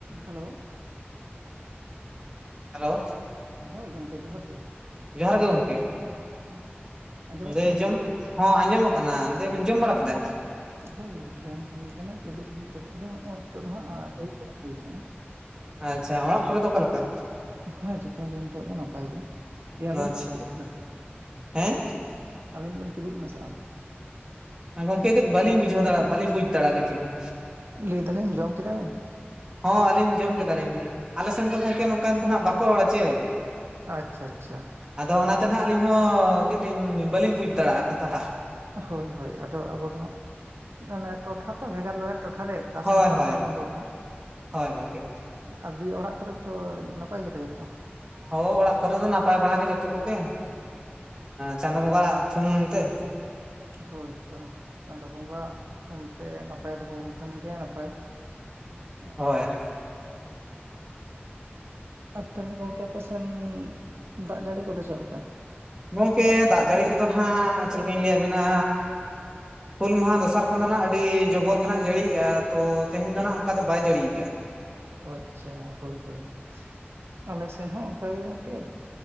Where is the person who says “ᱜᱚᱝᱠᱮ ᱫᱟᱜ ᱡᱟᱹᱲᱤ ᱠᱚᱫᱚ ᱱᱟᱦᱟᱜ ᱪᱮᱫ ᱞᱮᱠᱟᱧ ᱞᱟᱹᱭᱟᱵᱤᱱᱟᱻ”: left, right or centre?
Right